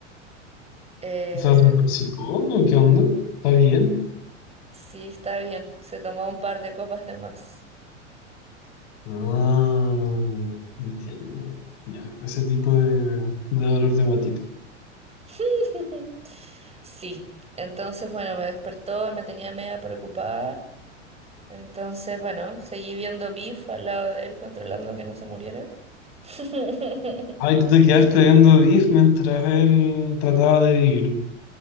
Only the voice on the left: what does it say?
O sea, ¿se intoxicó? o ¿Qué onda? ¿Está bien?
Ah, entiendo. Ya, ese tipo de, de dolor de guatita.
Ay, tú te quedaste viendo Beef mientras él trataba de vivir.